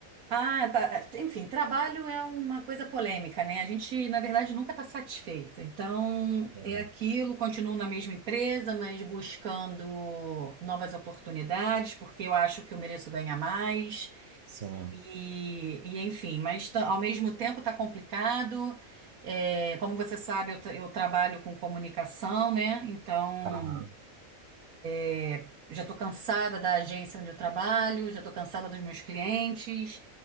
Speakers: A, on the right (about 90°); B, on the right (about 55°).
A: Ah, tá. é, Enfim, trabalho é uma coisa polêmica, né? A gente, na verdade, nunca está satisfeita. Então,
B: Sim,
A: é aquilo, continuo na mesma empresa, mas buscando novas oportunidades, porque eu acho que eu mereço ganhar mais.
B: sim.
A: E, e, enfim, mas tá- ao mesmo tempo está complicado. É, como você sabe, eu, tra- eu trabalho com comunicação, né? Então.
B: Aham,
A: É, Já estou cansada da agência onde eu trabalho, já estou cansada dos meus clientes.